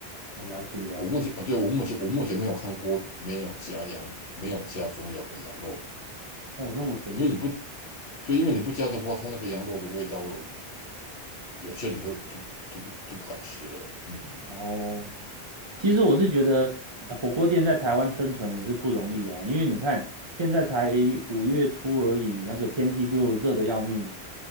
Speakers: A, on the right; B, on the left.
A: 我了解了解，
B: 我目前，啊，对，我目前我目前没有看过没有加羊没有加中药的羊肉，
A: 哦，那么神奇
B: 因为你不对，因为你不加的话，它那个羊肉的味道，有些人就就就不就不敢吃了。嗯
A: 哦。其实我是觉得呃火锅店在台湾生存也是不容易啊，因为你看现在才五月初而已，那个天气就热得要命了。